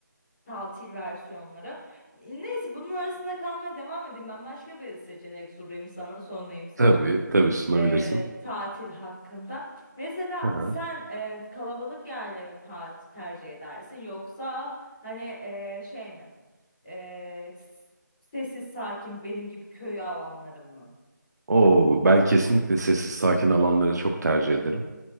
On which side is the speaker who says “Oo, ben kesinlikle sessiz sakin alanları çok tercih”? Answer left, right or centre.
Right